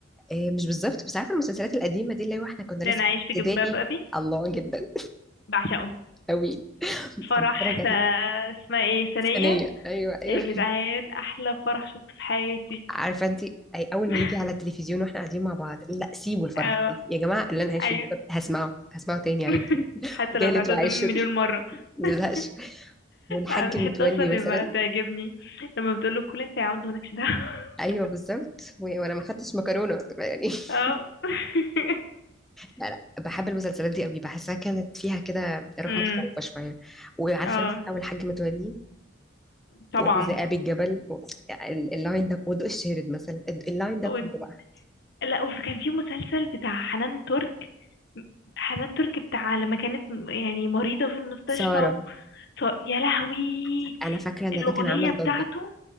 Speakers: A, in the centre; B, on the left.
A: آه، مش بالظبط بس عارفه المسلسلات القديمه دي اللي هو احنا كنا لسه
B: لان عايش
A: في
B: في جلباب
A: ابتدائي
B: ابي
A: الله جدا
B: بعشقه
A: قوي
B: فرح
A: عم بتفرج عليه
B: س... اسمها ايه ثانية
A: ثانيه ايوه ايوه
B: يا جدعان احلى فرح شفته في حياتي
A: عارفه انت أي اول
B: <laughs>
A: ما يجي على التلفزيون واحنا قاعدين مع بعض لا سيبوا الفرح
B: اه
A: يا جماعه اللي انا عايش
B: ايوه
A: فيه جدا هسمعه هسمعه تاني عادي
B: <laughs>
A: <laughs>
B: حتى
A: وتالت
B: لو اتعدى
A: وعاشر
B: قدامي مليون مرة
A: ما
B: <laughs>
A: نزهقش والحاج
B: الحتة
A: متولي
B: اصلا اللي
A: مثلا
B: بقى تعجبني لما بتقول له كل انت يا عبد مالكش دعوة <laughs>
A: ايوه بالظبط و- وانا ما خدتش مكرونه يعني <laughs>
B: اه <laughs>
A: لا لا بحب المسلسلات دي قوي بحسها كانت فيها كده روح
B: امم
A: مختلفة شوية وعارفة
B: اه
A: انت أول حاج متولي
B: طبعا
A: وذئاب الجبل و... ال- اللاين ده وضوء الشارد مثلا ال- اللاين ده
B: و...
A: كله بقى
B: لا وفي كان في مسلسل بتاع حنان ترك حنان ترك بتاع لما كانت م- يعني مريضة في المستشفى
A: سارة
B: و... صار- يا لهوي
A: فك- أنا فاكرة إن
B: الأغنية
A: ده كان عمل
B: بتاعته
A: ضجة